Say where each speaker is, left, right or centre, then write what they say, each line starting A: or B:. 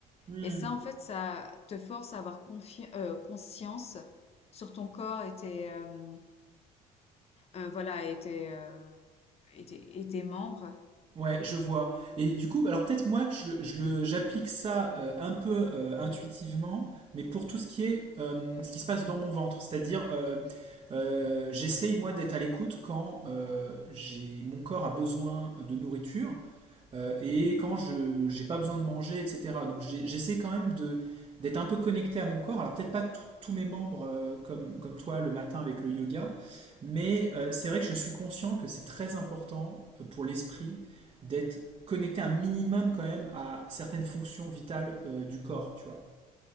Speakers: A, on the right; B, on the left.
A: Hmm.
B: Et ça, en fait, ça te force à avoir confi- euh, conscience sur ton corps et tes, euh, euh, voilà, et tes, euh, et tes et tes membres.
A: Ouais, je vois. Et du coup, alors peut-être moi que je, je le, j'applique ça euh, un peu euh, intuitivement, mais pour tout ce qui est euh, ce qui se passe dans mon ventre, c'est-à-dire euh, euh, j'essaye moi d'être à l'écoute quand euh, j'ai mon corps a besoin de nourriture euh, et quand je j'ai pas besoin de manger, etc. Donc j'ai- j'essaie quand même de d'être un peu connecté à mon corps. Alors peut-être pas tout- tous mes membres euh, comme, comme toi le matin avec le yoga, mais euh, c'est vrai que je suis conscient que c'est très important euh, pour l'esprit d'être connecté un minimum quand même à certaines fonctions vitales euh, du corps, tu vois.